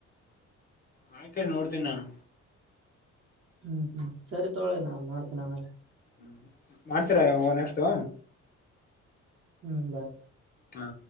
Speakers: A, on the left; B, on the right.
A: ಹಾಕಿರ್ ನೋಡ್ತೀನಿ ನಾನು.
B: ಹ್ಮ್ ಹ್ಮ್ ಸರಿ ತೊಗೊಳಿ ನಾನ್ ಮಾಡ್ತೇನ ಆಮೇಲೆ.
A: ಹ್ಮ್ ಮಾಡ್ತರಾ ಯಾವ ನೆಕ್ಟು.
B: ಹ್ಮ್ ಬಾಯ್.
A: ಹಾ.